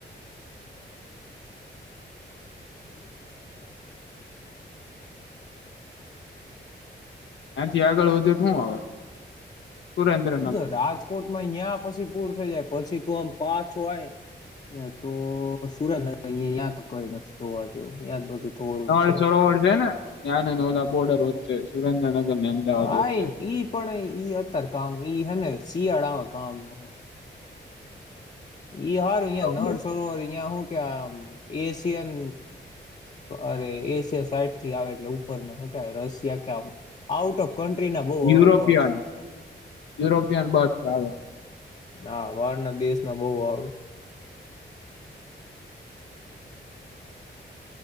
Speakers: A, on the left (about 35°); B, on the left (about 75°).
A: <inaudible>
B: એ્યાથી આગળ વધે શું આવે? સુરેન્દ્રનગર
A: જો રાજકોટમાં અહિયાં પછી પૂર થઈ જાય. પછી તું આમ પાછોય ને તો સુરેન્દ્રનગર અયાં તો કઈ નથી થવા જે બધું. ધોરું
B: નાલ
A: જ છે
B: સરોવર છે ને ત્યા નોલા બોર્ડર વચ્ચે સુરેન્દ્રનગર ને અમદાવાદ
A: આ
B: વચ્ચે
A: ઈ પણ ઈ અતાર કામ ઈ હને શિયાળામાં કામનું હોય. ઈ હાર યાં
B: બરાબર
A: નર્સ યા હું. એશિયન અરે એશય સાઈડ થી આવે એટલે ઉપરના શું ક રશિયા ક આઉટ ઓફ કન્ટ્રી ના બહુ
B: યુરોપિયન
A: આવે બર્ડસ અહિયાં.
B: યુરોપિયન બર્ આવે.
A: હા બહાર ના દેશ ના બહુ આવે